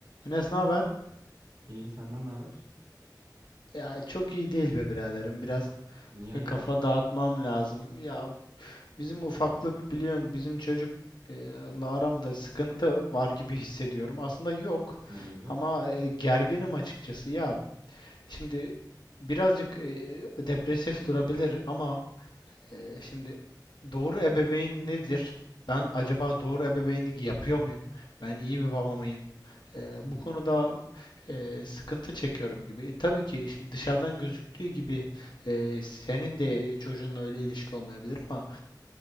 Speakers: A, on the left; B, on the right.
A: Enes ne haber?
B: İyi senden ne haber?
A: Ya çok iyi değil be biraderim. Biraz
B: Niye hayırdır?
A: e, kafa dağıtmam lazım. Ya bizim ufaklık
B: Tabii.
A: biliyorsun bizim çocuk e, la aramda sıkıntı var gibi hissediyorum. Aslında yok
B: Ne gibi?
A: ama e, gerginim açıkçası. Ya şimdi birazcık e, depresif durabilir ama e, şimdi doğru ebeveyn nedir? Ben acaba doğru ebeveynlik yapıyor muyum? Ben iyi bir baba mıyım? Eee,
B: Hı
A: bu
B: hı.
A: konuda eee, sıkıntı çekiyorum gibi. E, tabii ki şimdi dışarıdan gözüktüğü gibi eee, senin de çocuğunla öyle ilişki olmayabilir ama